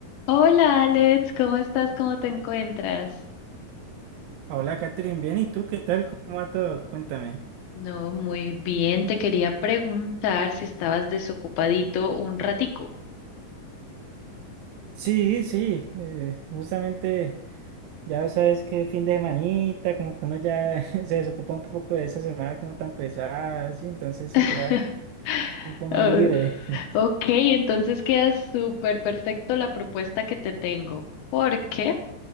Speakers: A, on the left (about 80°); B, on the right (about 80°).
A: Hola Alex, ¿cómo estás? ¿Cómo te encuentras?
B: Hola, Catherine, bien, ¿y tú qué tal? ¿Cómo va todo? Cuéntame.
A: No, muy bien. Te quería preguntar si estabas desocupadito un ratico.
B: Sí, sí, eh, justamente ya sabes que fin de semanita, como que uno ya <laughs> se desocupa un poco de esa semana como tan pesada, sí, entonces sí,
A: <laughs>
B: ya un poco más
A: Oh,
B: libre. <laughs>
A: Ok, entonces queda súper perfecto la propuesta que te tengo, porque